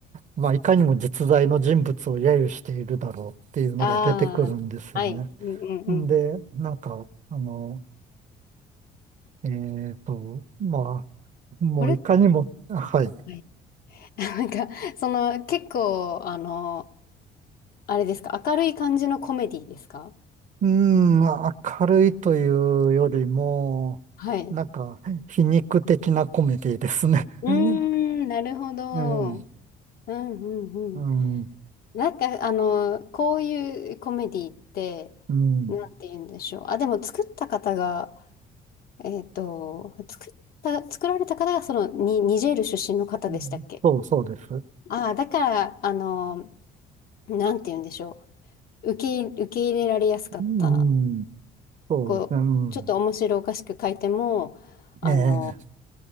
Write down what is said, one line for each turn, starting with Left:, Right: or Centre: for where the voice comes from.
Right: まあ、いかにも実在の人物を揶揄しているだろうっていうのが出てくるんですよね。
Left: ああ、はい。うんうんうん。
Right: で、なんか、あの、えっと、まあ、もういかにも、
Left: これ、
Right: はい。
Left: はい。<laughs> なんか、その、結構、あの、あれですか、明るい感じのコメディですか
Right: うーん、明るいというよりも、
Left: はい。
Right: なんか、皮肉的なコメディですね。<laughs>
Left: うーん、
Right: うん、
Left: なるほど。
Right: うん、
Left: うんうんうん。
Right: うん、
Left: なんか、あの、こういうコメディって、
Right: うん。
Left: なんて言うんでしょう。あ、でも作った方が、えっと、作った、作られた方が、その、に、ニジェール出身の方でしたっけ
Right: うんそうそうです。
Left: ああ、だから、あの、なんて言うんでしょう。受け、受け入れられやすかった。
Right: うん、そうですね、
Left: こう、
Right: うん。
Left: ちょっと面白おかしく書いても、あの、
Right: ええ、